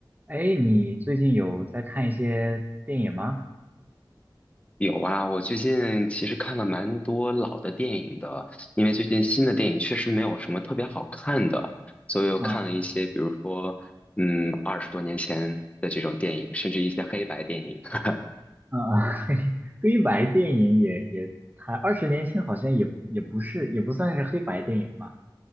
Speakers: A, on the right (about 20°); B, on the left (about 15°).
A: 哎，你最近有在看一些电影吗？
B: 有啊，我最近其实看了蛮多老的电影的，因为最近新的电影确实没有什么特别好看的，所以我看了一些，
A: 啊
B: 比如说，嗯，二十多年前的这种电影，甚至一些黑白电影，<laughs>
A: 啊，<laughs> 啊黑白电影也也，它二十年前好像也也不是，也不算是黑白电影吧。